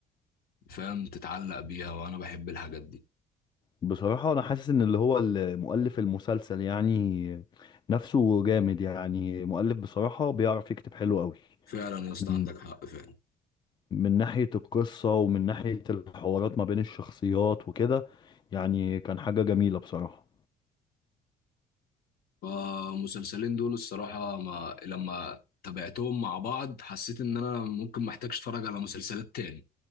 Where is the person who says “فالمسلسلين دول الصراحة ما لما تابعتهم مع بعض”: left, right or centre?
Left